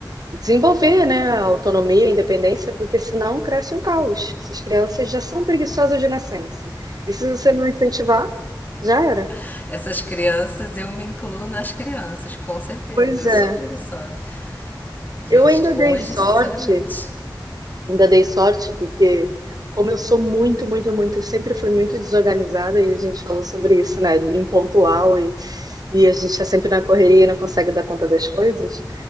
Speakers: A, on the right; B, on the left.
A: desenvolver, né, a autonomia, a independência, porque senão cresce um caos. Essas crianças já são preguiçosas de nascença. E se você não incentivar, já era.
B: <laughs> Essas crianças, eu me incluo nas crianças, com certeza.
A: Pois
B: Eu
A: é,
B: sou preguiçosa. Gente,
A: eu ainda
B: hoje,
A: dei sorte.
B: sinceramente.
A: Ainda dei sorte, porque como eu sou muito, muito, muito, eu sempre fui muito desorganizada e a gente falou sobre isso, né? Impontual e, e a gente está sempre na correria e não consegue dar conta das coisas.